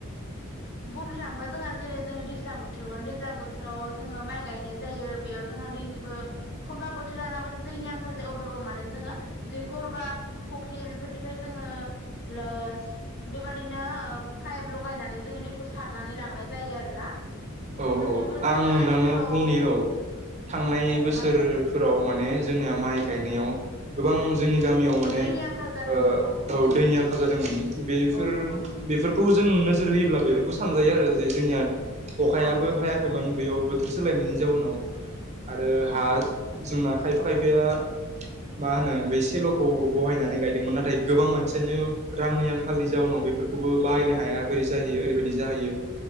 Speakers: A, on the left (about 50°); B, on the right (about 35°).
A: बुंनो थाङोबा जोंहा जेरै जोङो दैज्लां बोथोराव दै दैज्लां बोथोराव जोङो माइ गायनाय जायो बेयाव जोंहा दैनिबो एखनबा बोथोर लानाबो दैनि आंखाल जायो ‌ अब्लाबो माने जोङो दैखर बा फुख्रि बेफोरनिफ्राय जोङो लोस बेबायदिनो पाइप लगायनानै जोङो दैखौ सारनानै लांनाय जायो आरोना
B: औ
A: बेफोरजोंबो
B: औ
A: जोङो
B: आं नोंथांनो
A: आथिखालाव
B: बुंनि औ थांनाय
A: औ
B: बोसोरफोराव
A: माइ गायनो औ
B: माने जोंनिया माइ गायनायाव गोबां जोंनि गामियाव माने
A: दैनि आंखाल जादोंमोन
B: ओ औ
A: नंगौ
B: दैनि आंखाल जादोंमोन बेफोर
A: औ नंगौ
B: बेफोरखौ जों नोजोर होयोब्ला बेफोरखौ सानजायो आरो जे जोंनिया अखायाबो
A: औ औ
B: हायाखैमोन बेयाव बोथोर सोलायनायनि जाउनाव आरो
A: औ
B: हा
A: औ नंगौ
B: जोंना खायफा खायफाया मा होनो बे सेल'खौ बहायनानै गायदोंमोन नाथाय गोबां मानसियानो रांनि आंखालनि जाउनाव बेफोरखौबो बाहायनो हाया बोरै जाहैयो ओरैबायदि जाहैयो